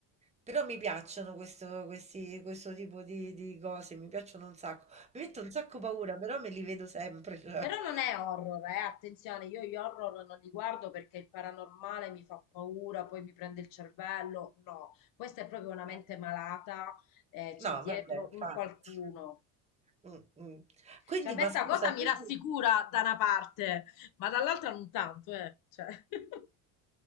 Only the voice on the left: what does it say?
Però non è horror, eh? Attenzione, io gli horror non li guardo perché il paranormale mi fa paura, poi mi prende il cervello. No, questa è proprio una
mente malata, eh, c'è
dietro
un qualcuno.
Cioè, a me
sta
cosa
mi rassicura da una parte, ma dall'altra non tanto, eh. Cioè. <laughs>